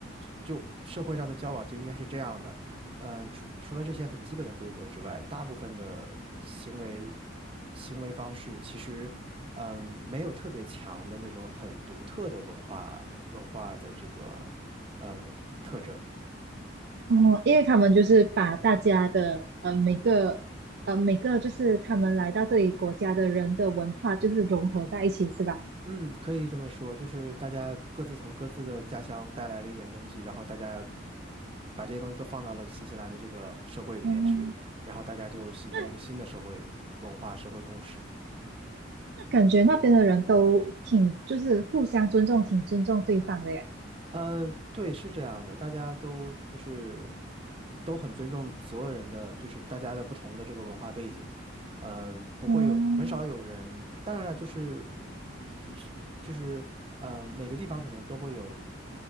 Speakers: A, on the right; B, on the right.
A: 就社会上的交往就应该是这样的。嗯，除除了这些很基本的规则之外，大部分的行为行为方式其实，嗯，没有特别强的那种很独特的文化文化的这个嗯特征。
B: 哦，因为他们就是把大家的呃每个呃每个就是他们来到这里国家的人的文化就是融合在一起，是吧？
A: 嗯，可以这么说，就是大家各自从各自的家乡带来了一点东西，然后大家把这些东西都放到了新西兰的这个社会里面去，
B: 嗯，
A: 然后大家就形成了一个新的社会文化、
B: 那
A: 社会共识。
B: 那感觉那边的人都挺就是互相尊重，挺尊重对方的耶。
A: 呃，对，是这样的，大家都就是都很尊重所有人的，就是大家的不同的这个文化背景，嗯，不会有很少有人，
B: 哦，
A: 当然了，就是嗯就是嗯，呃每个地方可能都会有